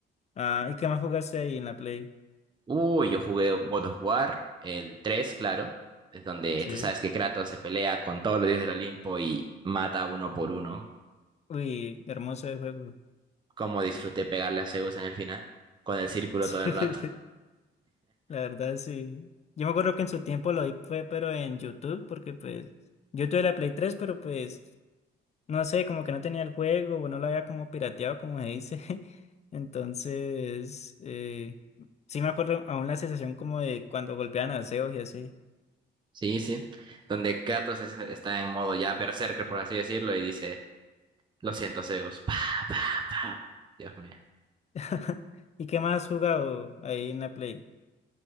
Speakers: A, on the left; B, on the right.
A: Ah, ¿y qué más jugaste ahí en la Play?
B: Uy, yo jugué God of War, el tres claro. Es donde
A: Sí.
B: tú sabes que Kratos se pelea con todos los dioses del Olimpo y mata uno por uno.
A: Uy, hermoso de juego. <laughs>
B: Cómo disfruté pegarle a Zeus en el final, con el círculo
A: sí
B: todo el rato.
A: La verdad, sí. Yo me acuerdo que en su tiempo lo vi fue, pero en YouTube, porque pues yo tuve la Play tres pero pues no sé, como que no tenía el juego, o no lo había como pirateado, como se dice. <laughs> Entonces, eh, sí me acuerdo aún la sensación como de cuando golpeaban a Zeus y así.
B: Sí, sí. Donde Kratos es- está en modo ya berserker, por así decirlo, y dice, lo siento, Zeus. Pa, pa, pa. Dios mío.
A: <laughs> ¿Y qué más has jugado ahí en la Play?